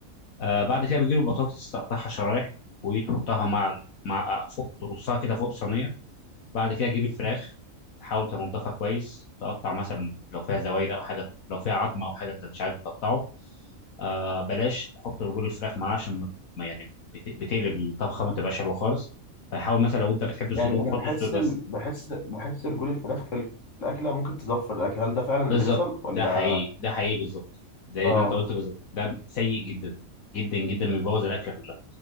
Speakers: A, on the left; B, on the left.
A: آه بعد كده بتجيب البطاطس تقطعها شرايح وتحطها مع ال- مع آه، فوق ترصها كده فوق الصينيه بعد كده تجيب الفراخ تحاول تنضفها كويس تقطع مثلا لو فيها زوايد او حاجه لو فيها عظمه او حاجه انت مش عايزه تقطعه آه بلاش تحط رجول الفراخ معاه عشان ما ما- يعني بت- بتقلب الطبخه ما تبقاش حلوه خالص فحاول مثلا لو انت بتحب الصدور
B: يعني انا
A: حط
B: بحس
A: الصدور بس
B: ال... بحس بحس رجول الفراخ في الاكله ممكن تزفر الاكل هل ده فعلا اللي
A: بالظبط
B: بيحصل ولا
A: ده حقيقي ده حقيقي بالظبط زي
B: اه
A: ما انت قلت بالظبط ده سيء جدا جدا جدا بيبوظ الاكله كلها